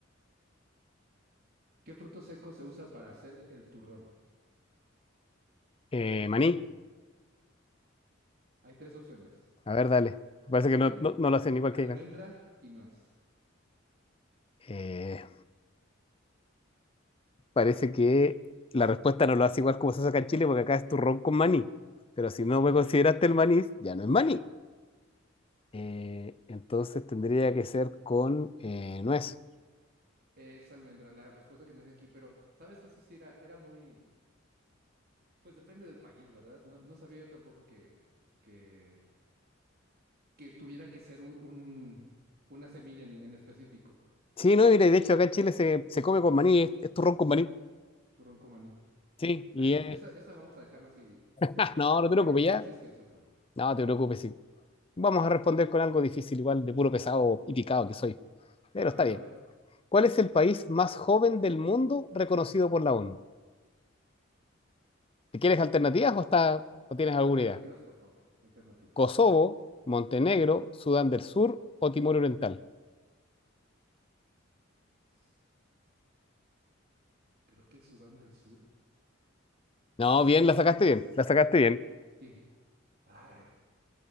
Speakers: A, on the right (about 50°); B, on the left (about 30°).
A: ¿Qué fruto seco se usa para hacer el turrón?
B: Eh, Maní,
A: Hay tres opciones:
B: a ver, dale. Parece
A: maní,
B: que no, no- no lo hacen igual
A: almendra
B: que acá.
A: y nuez.
B: Eh, parece que la respuesta no lo hace igual como se hace acá en Chile, porque acá es turrón con maní. Pero si
A: Ok,
B: no me consideraste el maní, ya no es maní. Eh, entonces tendría que ser con eh, nuez.
A: es almendra la respuesta que tenía aquí, pero sabes, eso sí era, era muy, pues depende del país, ¿verdad? No, no sabía yo tampoco que, que, que tuviera que ser un, un- una semilla en, en específico,
B: Sí, no, mira, y de hecho acá en Chile se, se come con maní, es, es turrón con maní.
A: turrón con maní.
B: Sí,
A: Ah,
B: y
A: entonces
B: es.
A: esa, esa vamos a dejarla así,
B: Ah, no,
A: como
B: no te preocupes
A: que no, no
B: ya.
A: existió esa pregunta.
B: No, no te preocupes, sí. Vamos a responder con algo difícil, igual de puro pesado y picado que soy. Pero
A: A ver,
B: está bien.
A: a ver.
B: ¿Cuál es el país más joven del mundo reconocido por la ONU? ¿Te quieres alternativas o, está, o tienes
A: A-
B: alguna
A: Alternativas,
B: idea?
A: por favor. Alternativas.
B: ¿Kosovo, Montenegro, Sudán del Sur o Timor Oriental?
A: S- Creo que es Sudán del Sur.
B: No, bien, la sacaste bien, la sacaste bien.
A: Sí. Ah, eh,